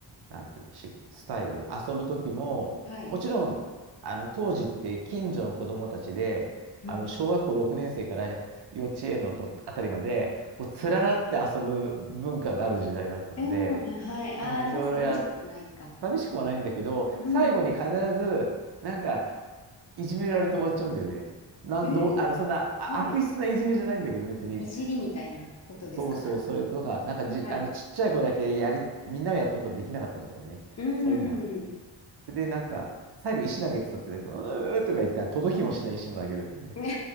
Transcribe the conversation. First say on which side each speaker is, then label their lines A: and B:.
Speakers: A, on the right (about 60°); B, on the left (about 35°).
A: なんていうのしスタイル遊ぶ時ももちろんあの当時って近所の子供たちであの小学校6年生から幼稚園のとあたりまでこう連なって遊ぶ文化がある時代だったので。
B: はい。うん。うん、うんはい。ああ、
A: うん、いろいろや、
B: じゃあ、寂しくないか。
A: 寂しくはないんだけど、
B: うん。
A: 最後に必ず、なんか、いじめられて終わっちゃうんだよね。なん、
B: えー、
A: どう、あの、そんな、あ、
B: はい。
A: 悪質ないじめじゃないんだけど、別に。
B: いじりみたいなことですか。
A: そうそう、それとか、なんかじ、
B: はい。
A: あの、ちっちゃい子だけやり、みんながやってることできなかったりとかね。
B: う
A: そういうのがあっ
B: ん。
A: て。で、なんか、最後、石投げてたって言うと、うーとか言って、届きもしない石も投げるってね。
B: <laughs> かわ